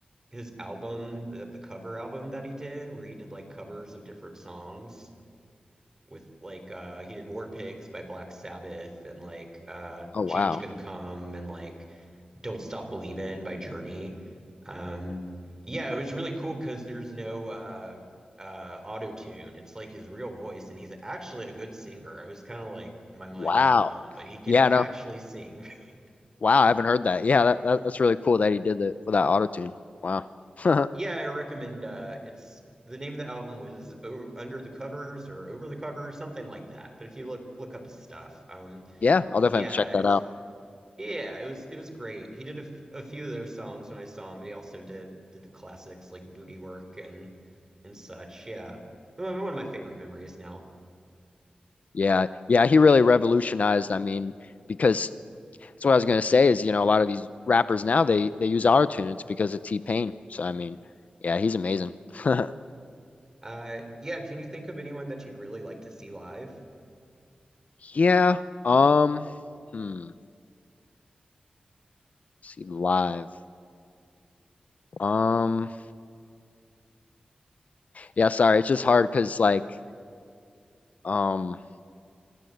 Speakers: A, on the right (about 20°); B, on the left (about 60°).
A: his album, the, the cover album that he did, where he did like covers of different songs? with like uh he did War Pigs by Black Sabbath and like uh
B: Oh
A: Change
B: wow,
A: Can Come and like Don't Stop Believin' by Journey. Um yeah, it was really cool because there's no uh uh auto tune. It's like his real voice and he's actually a good singer. I was kind of like my mind
B: wow.
A: was blown, but he can
B: Yeah,
A: actually
B: no,
A: sing. <laughs>
B: wow. I haven't heard that. Yeah, that, that that's really cool that he did that for that auto tune. Wow. <laughs>
A: Yeah, I recommend uh it's the name of the album was o Under the Covers or Over the Cover or something like that. But if you look look up his stuff, um
B: Yeah, I'll
A: yeah,
B: definitely have to check
A: it's
B: that out.
A: Yeah, it was it was great. He did a, f- a few of those songs when I saw him, but he also did did the classics like Booty Work and and such. Yeah. One one of my favorite memories now.
B: Yeah, yeah. He really revolutionized. I mean, because That's what I was gonna say is, you know, a lot of these rappers now they they use auto tune. It's because of T-Pain. So I mean, yeah, he's amazing. <laughs>
A: Uh yeah, can you think of anyone that you'd really like to see live?
B: Yeah. Um, hmm. See live. Um, yeah, sorry, it's just hard because like um